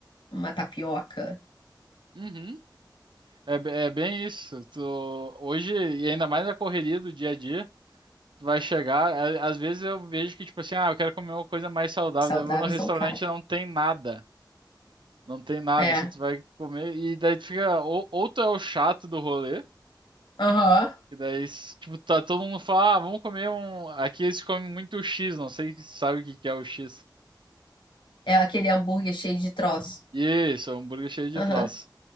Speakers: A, on the left; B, on the right.
A: uma tapioca
B: uhum. É, be- é bem isso. Tu, hoje, e ainda mais na correria do dia a dia, tu vai chegar. a- Às vezes eu vejo que, tipo assim, ah, eu quero comer uma coisa mais saudável.
A: saudável
B: Daí eu vou no restaurante
A: e são caros.
B: e não tem nada. Não tem nada,
A: É,
B: assim, tu vai comer. E daí tu fica. Ou, ou tu é o chato do rolê.
A: aham.
B: E daí, s- tipo, tá todo mundo fala, ah, vamos comer um. Aqui eles comem muito X, não sei se sabe o que que é o X.
A: É aquele hambúrguer cheio de troço.
B: Isso, é um hambúrguer cheio de
A: Aham.
B: troço.